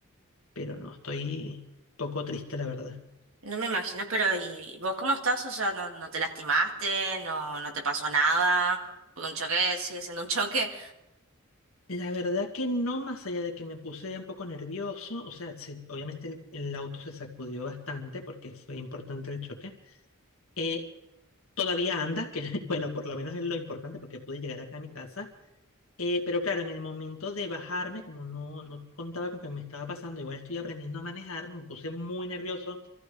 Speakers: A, on the left; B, on the right.
A: pero no, estoy poco triste, la verdad.
B: no me imagino, pero ¿y vos cómo estás? O sea, ¿no, no te lastimaste? ¿No, no te pasó nada? Porque un choque sigue siendo un choque.
A: La verdad que no, más allá de que me puse un poco nervioso, o sea, se- obviamente el, el auto se sacudió bastante porque fue importante el choque. Eh, todavía anda, que <laughs> bueno, por lo menos es lo importante porque pude llegar acá a mi casa. Eh, pero claro, en el momento de bajarme, como no, no contaba con que me estaba pasando, igual estoy aprendiendo a manejar, me puse muy nervioso